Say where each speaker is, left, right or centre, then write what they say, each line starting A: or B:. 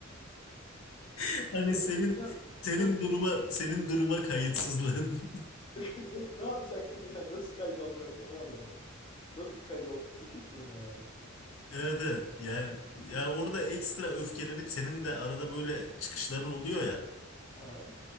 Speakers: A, on the left; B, on the left.
A: <laughs> Hani
B: böyle.
A: senin
B: Ya,
A: senin
B: Pinokyo.
A: duruma
B: <laughs>
A: senin duruma kayıtsızlığın. <laughs>
B: Ne, ne yapacaktım yani? Nasıl kayıt alacaktım onu anlamadım. Nasıl bir kayıt olmadı? Düşük duruma yani.
A: Evet evet. Yani yani orada ekstra öfkelenip senin de arada böyle çıkışların oluyor ya.
B: Ha.